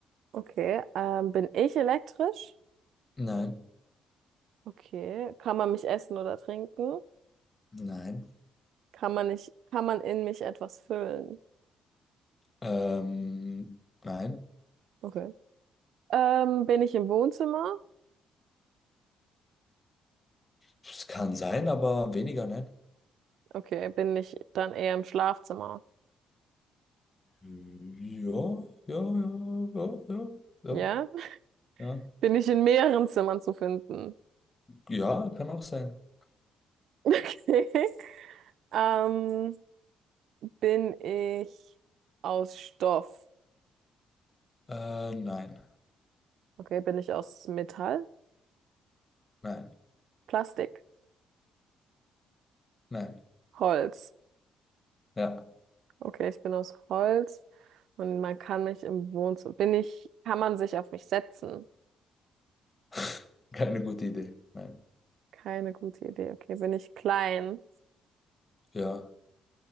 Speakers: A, on the right; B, on the left.
A: Okay, ähm, bin ich elektrisch?
B: Nein.
A: Okay, kann man mich essen oder trinken?
B: Nein.
A: Kann man nicht, kann man in mich etwas füllen?
B: Ähm, nein.
A: Okay. Ähm, bin ich im Wohnzimmer?
B: Es kann sein, aber weniger, nein.
A: Okay, bin ich dann eher im Schlafzimmer?
B: Ja, ja, ja, ja, ja, ja,
A: Ja?
B: ja.
A: Bin ich in mehreren Zimmern zu finden? <laughs>
B: Ja, kann auch sein.
A: Okay. Ähm, bin ich aus Stoff?
B: Äh, nein,
A: Okay, bin ich aus Metall?
B: nein,
A: Plastik?
B: nein.
A: Holz?
B: Ja,
A: Okay, ich bin aus Holz und man kann mich im Wohnzimmer. Bin ich, kann man sich auf mich setzen?
B: <laughs> keine gute Idee. Nein.
A: Keine gute Idee. Okay, bin ich klein?
B: Ja,